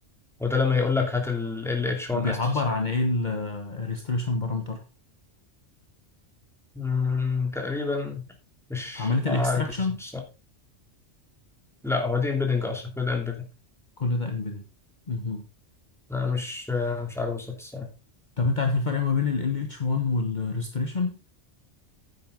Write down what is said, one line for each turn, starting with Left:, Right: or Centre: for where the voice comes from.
Centre: وده لما يقول لك هات ال LH1
Left: بيعبر
Centre: استرسك
Left: عن ايه الريستريشن بارامتر
Centre: مم، تقريبا مش
Left: في عملية
Centre: عارف
Left: الاكستراكشن
Centre: بالظبط لا هو دي امبيدنج اصلا كده امبيدنج
Left: كل ده امبيدنج مهم.
Centre: انا مش مش عارف بالظبط الصراحه
Left: طب انت عارف الفرق ما بين ال LH1 والريستريشن